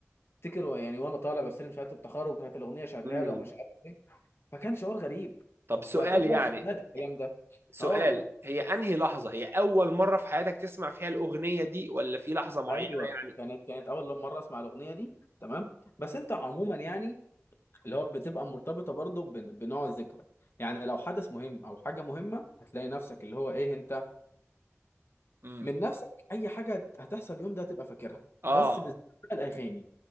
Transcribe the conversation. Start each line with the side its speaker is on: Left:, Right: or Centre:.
Left: افتكر يعني وانا طالع بستلم شهاده التخرج وكانت الاغنيه شغاله
Right: مم.
Left: ومش عارف ايه فكان شعور غريب
Right: طب سؤال
Left: وقتها
Right: يعني
Left: بقى صدقت الكلام ده
Right: سؤال
Left: اه
Right: هي انهي لحظة هي اول مرة في حياتك تسمع فيها الاغنية دي ولا في لحظة معينة
Left: ايوه
Right: يعني
Left: كانت كانت اول مره اسمع الاغنيه دي تمام بس انت عموما يعني اللي هو بتبقى مرتبطه برضه بن- بنوع الذكرى يعني لو حدث مهم او حاجه مهمه هتلاقي نفسك اللي هو ايه انت
Right: امم
Left: من نفسك اي حاجه هت- هتحصل اليوم ده هتبقى فاكرها
Right: اه
Left: بس بالذات بقى الاغاني